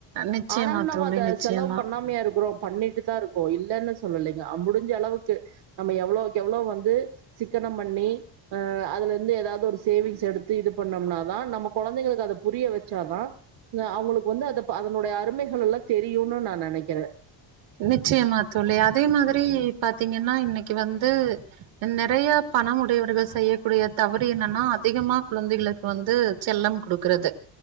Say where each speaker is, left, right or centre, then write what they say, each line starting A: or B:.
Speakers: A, on the right; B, on the right.
A: நிச்சயமா
B: ஆனாலு நம்ம
A: தோழி
B: அத
A: நிச்சயமா
B: செலவு பண்ணாமையா இருக்கிறோ பண்ணிட் தா இருக்ககோ இல்லைன்னு சொல்லலைங்க முடிஞ்ச அளவுக்கு நம்ம எவ்ளோக்கு எவ்வளளோ வந்து சிக்கனம் பண்ணி அ அதுல இருந்து ஏதாவது ஒரு சேவிங்ஸ் எடுத்து இது பண்ணோம்னாதா நம்ம கொழந்தைங்களுக்கு அத புரிய வச்சாதா அவங்களுக்கு வந்து அத அதனுடைய அருமைகள்ளா தெரியும்னு நெனைக்கிறே
A: நிச்சயமா தோழி அதே மாதிரி பாத்தீங்கன்னா இன்னைக்கு வந்து நெறைய பணம் உடையவர்கள் செய்யக்கூடிய தவறு என்னன்னா அதிகமா குழந்தைகளுக்கு வந்து செல்லம் குடுக்குறது